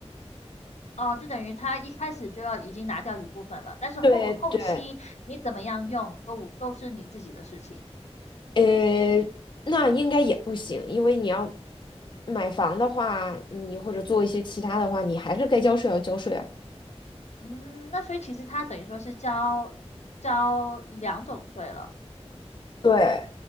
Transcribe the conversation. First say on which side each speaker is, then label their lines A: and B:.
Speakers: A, on the left; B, on the left.
A: 哦，就等于他一开始就要已经拿掉一部分了，但是后后期你怎么样用都都是你自己的事情。
B: 对对，呃，那应该也不行，因为你要买房的话，你或者做一些其他的话，你还是该交税要交税啊。
A: 嗯，那所以其实他等于说是交交两种税了。
B: 对，